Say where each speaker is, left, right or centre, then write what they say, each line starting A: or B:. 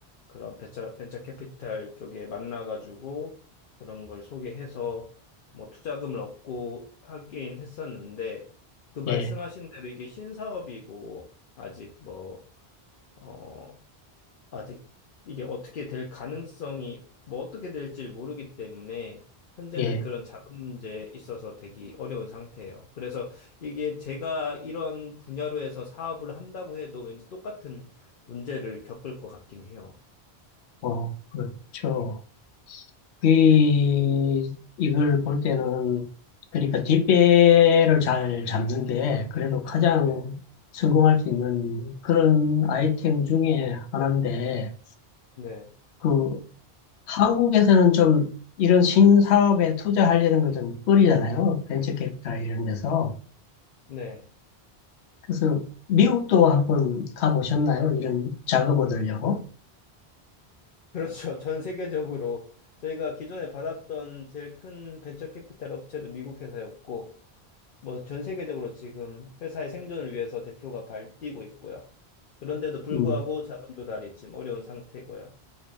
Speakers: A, on the left (about 55°); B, on the left (about 85°).
A: 그런 벤처, 벤처 캐피탈 쪽에 만나가지고 그런 걸 소개해서 뭐 투자금을 얻고 하긴 했었는데 그 말씀하신
B: 예,
A: 대로 이게 신사업이고 아직 뭐어 아직 이게 어떻게 될 가능성이 뭐 어떻게 될지 모르기 때문에 현재는
B: 예.
A: 그런 자금 문제에 있어서 되게 어려운 상태예요. 그래서 이게 제가 이런 분야로 해서 사업을 한다고 해도 왠지 똑같은 문제를 겪을 것 같긴 해요.
B: 어, 그렇죠. 이, 이걸 볼 때는, 그러니까 뒷배를 잘 잡는데, 그래도 가장
A: 네,
B: 성공할 수 있는 그런 아이템 중에 하나인데,
A: 네,
B: 그, 한국에서는 좀 이런 신사업에 투자하려는 건좀 꺼리잖아요. 벤처 캐피탈 이런 데서.
A: 네.
B: 그래서 미국도 한번 가보셨나요? 이런 자금 얻으려고?
A: <laughs> 그렇죠. 전 세계적으로 저희가 기존에 받았던 제일 큰 벤처 캐피탈 업체도 미국 회사였고 뭐 전 세계적으로 지금 회사의 생존을 위해서 대표가 발뛰고 있고요. 그런데도 불구하고
B: 음.
A: 자금 조달이 지금 어려운 상태고요.